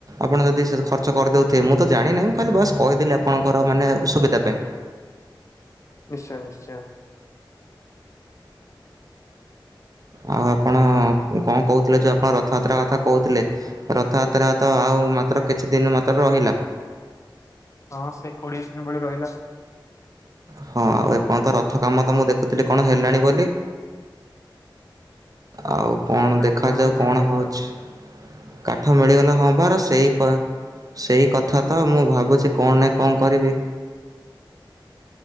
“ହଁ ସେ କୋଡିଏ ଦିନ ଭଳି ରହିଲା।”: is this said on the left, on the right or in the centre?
Left